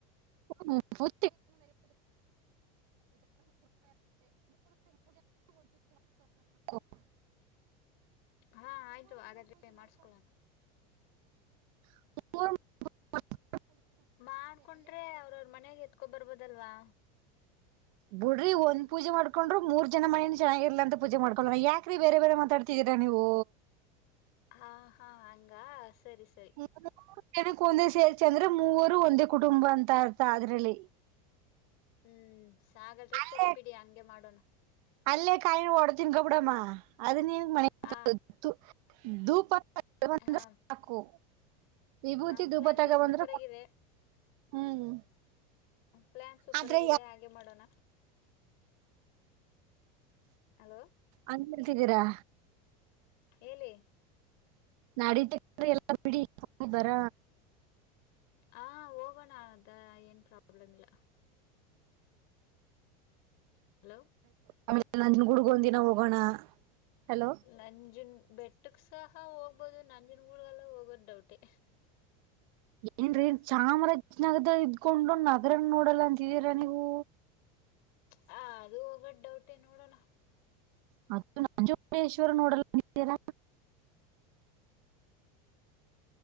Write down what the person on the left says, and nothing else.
ಹಾ ಆಯ್ತು ಹಾಗಾದ್ರೆ ಮಾಡ್ಸ್ಕೊಳಣ.
ಮಾಡ್ಕೊಂಡ್ರೆ ಅವ್ರವ್ರ ಮನೆಾಗ ಎತ್ ಕುದೂರು ಬಿದಲ್ವಾ.
ಹಾ ಹಾ ಹಂಗ. ಸರಿ ಸರಿ.
ಹ್ಮ್. ಹಾಗಾದ್ರೆ
ಸರಿ ಬಿಡಿ ಹಂಗೆ ಮಾಡೋಣ
ಹ
ಹ
ಹ
ಪ್ಲಾನ್
ಎಲ್ಲ
ಸೂಪರ್ ಆಗಿದೆ
ಪ್ಲಾನ್ ಸೂಪರ್
ಆಗಿದೆ ಹಾಗೆ ಮಾಡೋಣ ಹಲೋ
ಹೇಳಿ.
ಹಾ ಹೋಗೋಣ ಅದ ಏನ್ ಪ್ರಾಬ್ಲಮ್ ಇಲ್ಲ. ಹಲೋ.
ನಂಜುನ್. ಬೆಟ್ಟಕ್ ಸಹ ಹೋಗ್ಬೋದು ನಂಜನ್ಗೂಡುಗೆಲ್ಲ ಹೋಗೋದ್ ಡೌಟೆ.
ಹ ಅದು ಹೋಗದ ಡೌಟೆ ನೋಡೋಣ.